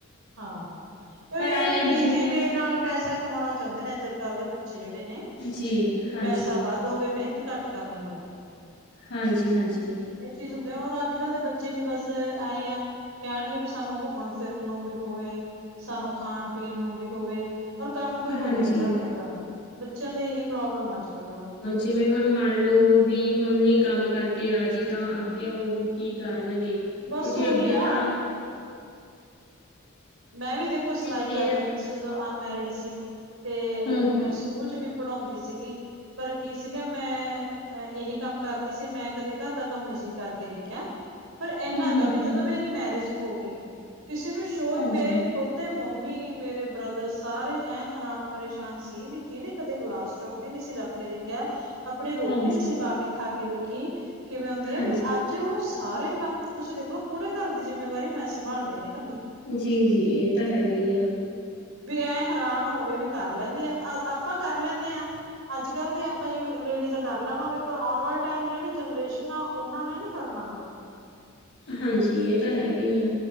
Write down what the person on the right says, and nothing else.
ਹਾਂ, ਏਵੀ
ਆ
ਵੀ
ਈਜ਼ੀ
ਵੇ ਨਾਲ ਪੈਸਾ ਕਮਾਣਾਂ ਚਾਉਂਦੇ ਨੇ ਅੱਜ-ਕੱਲ ਦੇ ਬੱਚੇ ਜੇੜੇ ਨੇ,
ਵੀ
ਪੈਸਾ ਵਾ ਦ ਹੋਵੇ ਮੇਨਤ ਘੱਟ ਕਰਨੀ ਪਵੇ।
ਏ ਚੀਜ਼ ਹੁੰਦੀ ਆ ਔਰ ਅੱਜ-ਕੱਲ ਦੇ ਬੱਚੇ ਵੀ ਬਸ ਐਂ ਈ ਆਂ, ਕੈਣਗੇ ਵੀ ਸਾਨੂੰ ਘੁੰਮਣ ਫੇਰਨ ਨੂੰ ਵੀ ਹੋਵੇ, ਸਾਨੂੰ ਖਾਨ-ਪੀਨ ਨੂੰ ਵੀ ਹੋਵੇ। ਔਰ ਕੰਮ ਕੋਈ
ਹੋਵੇ ਨਾ ਘਰ ਦਾ ਕਰਨ ਨੂੰ, ਬੱਚੇਆਂ ਦੀ ਏਹੀ ਪ੍ਰੋਬਲਮ ਅੱਜ-ਕੱਲ।
ਬਸ
ਉਹੀ
ਆ
ਮੈਂ ਵੀ ਦੇਖੋ ਸਲਾਈ
ਕਰਦੀ
ਹੁੰਦੀ ਸੀ ਜਦੋਂ ਅਨਮੈਰਡ ਸੀ, ਤੇ
ਮੈਂ ਸ ਕੂਲ ਚ ਵੀ ਪੜਾਉਂਦੀ ਸੀਗੀ, ਪਰ ਕੀ ਸੀਗਾ ਮੈਂ ਐ ਏਹੀ ਕੰਮ ਕਰਦੀ ਸੀ ਮੈਂ ਕਦੇ ਘਰ ਦਾ ਕੰਮ ਨੀ ਸੀ ਕਰਕੇ ਦੇਖੇਆ, ਪਰ ਐਨਾ
ਹੈਗਾ
ਵੀ
ਜਦੋਂ ਮੇ ਰੀ ਮੈਰਿਜ ਹੋ ਗਈ, ਕਿਸੇ ਨੂੰ ਸ਼ੋ
ਮੇ ਖੁਦ ਦੇ ਮੰਮੀ ਮੇਰੇ ਬ੍ਰਦਰ ਸਾਰੇ ਐਂ ਹੈਰਾਨ ਪਰੇਸ਼ਾਨ ਸੀ ਵੀ ਜੀਨੇ ਕਦੇ ਗਲਾਸ ਚੁ ਵੀ ਨਈ ਸੀ ਰੱਖ ਕੇ ਦੇਖੇਆ ਆਪਣੀ ਰੋਟੀ
ਨੀ ਸੀ ਪਾ ਕੇ ਖਾ ਕੇ ਦੇਖੀ, ਕਿਵੇਂ ਹੁੰਦੀ ਆ
ਵੀ ਅੱਜ ਓ ਸਾਰੇ ਕੰਮ ਤੁਸੀਂ ਦੇਖ ਲੋ ਪੂਰੇ ਘਰ ਦੀ ਜਿੰਮੇਵਾਰੀ ਮੈਂ ਸੰਭਾਲ ਰਹਈ ਹਾਂ ਕੱਲੀ।
ਵੀ ਐ ਹੈਰਾਨ ਹੋ ਗੇ ਵੀ ਕਰ ਲੈਂਨੇ ਆ ਅ ਆਪਾਂ ਕਰ ਲੈਂਨੇ ਆਂ। ਅੱਜ-ਕੱਲ ਦੇ ਆਪਾਂ ਜਿਵੇਂ ਲੇਡੀਜ਼ਾਂ ਕਰ ਲਵਾਂਗੇ ਪਰ ਔਣ ਵਾਲੇ ਟਾਈਮ ਦੀ ਜੇੜੀ ਜਨਰੇਸ਼ਨ ਆ ਓਨਾਂ ਨੇ ਨੀ ਕਰਨਾ ਗਾ।